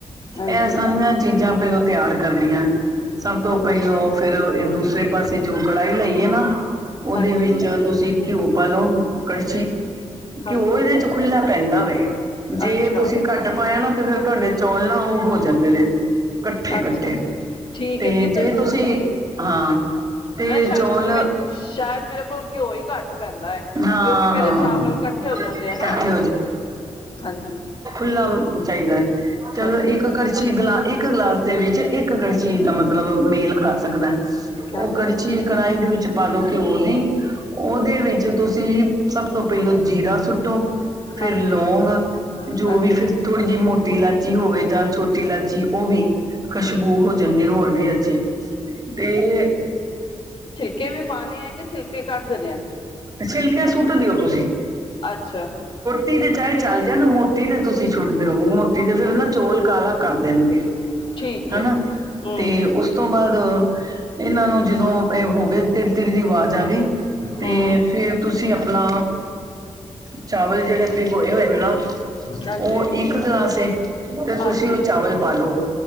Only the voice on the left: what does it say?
ਹਾਂਜੀ
ਹਾਂਜੀ
ਹਾਂਜੀ
ਹਾਂਜੀ
ਅੱਛਾ
ਅੱਛਾ ਠੀਕ
ਹੈ ਕਿਤੇ
ਮੈਂ ਸ਼ਾਇਦ
ਮੈਂ ਸ਼ਾਇਦ ਮੇਰੇ ਕੋਲ ਘਿਓ ਈ ਘੱਟ ਪੈਂਦਾ ਏ।
ਕਿਉਂਕਿ ਮੇਰੇ ਚਾਵਲ ਕੱਠੇ ਹੋ ਜਾਂਦੇ ਆ
ਨਾ। ਹਾਂਜੀ
ਹਾਂਜੀ
ਹਾਂਜੀ
ਹਾਂਜੀ
ਹਾਂਜੀ
ਕੇ ਵੀ ਪਾਣੇ ਆ ਕਿ ਛਿਲਕੇ ਕੱਢ ਦੇਣੇ ਆ।
ਅੱਛਾ।
ਠੀਕ ਹੈ
ਹੂੰ
ਹੂੰ
ਹਾਂਜੀ
ਹਾਂਜੀ